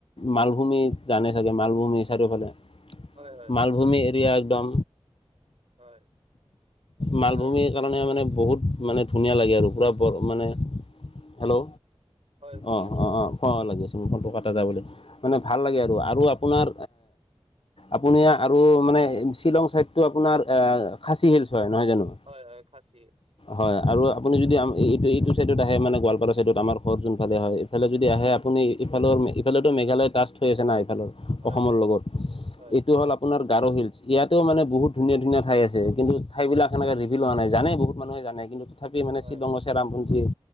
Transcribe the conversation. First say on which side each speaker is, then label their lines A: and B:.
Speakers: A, on the left (about 60°); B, on the right (about 80°).
A: মালভূমি জানে চাগে মালভূমি চাৰিওফালে
B: হয় হয়
A: মালভূমি এৰিয়া একদম
B: হয়।
A: মালভূমিৰ
B: আৰু
A: কাৰণে মানে বহুত মানে ধুনীয়া লাগে আৰু পুৰা বৰ মানে হেল্ল'
B: হয় শুনি
A: অঁ
B: আছো
A: অঁ অঁ অঁ লাগিছে ফনটো কাটা যায় বুলি মানে
B: হয়
A: ভাল লাগে আৰু আৰু আপোনাৰ আপুনি আৰু মানে শ্বিলং চাইডটো আপোনাৰ অ', খাছী হিলছ হয় নহয় জানোঁ?
B: হয়', হয়', খাছী হিলছ',
A: হয় আৰু আপুনি যদি আম', এইটো এইটো চাইডত আহে মানে গোৱালপাৰা চাইডত আমাৰ ঘৰত যোনফালে হয়', ইফালে যদি
B: হয়
A: আহে আপুনি ইফালৰ ইফালেতো মেঘালয় টাষ্ট হৈ আছে না ইফালৰ',
B: হয়
A: অসমৰ
B: হয়
A: লগত
B: হয়
A: এইটো হ'ল আপ', আপোনাৰ গাৰো হিলছ, ইয়াতে মানে বহুত ধুনীয়া ধুনীয়া ঠাই আছে কিন্তু ঠাই বিলাক
B: আচ্ছা
A: সেনেকে ৰি', সুধি লোৱা নাই জানে বহুত মানুহে জানে কিন্তু তথাপি মানে
B: হয়
A: শ্বিলঙৰে চেৰাপুঞ্জীত',